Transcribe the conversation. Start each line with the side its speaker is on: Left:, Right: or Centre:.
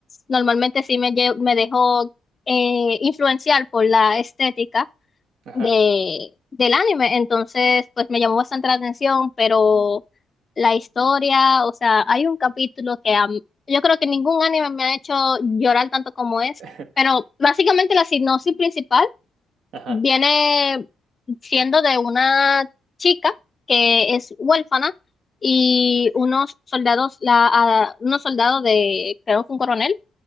Left: normalmente sí me, lle- me dejo eh, influenciar por la estética
Right: Ajá,
Left: de, del anime, entonces pues me llamó bastante la atención, pero la historia, o sea, hay un capítulo que a m- yo creo que ningún anime me ha hecho llorar tanto como es,
Right: <laughs>
Left: pero básicamente la sinopsis principal
Right: ajá.
Left: Viene siendo de una chica que es huérfana y unos soldados, la, a- unos soldados de, creo que un coronel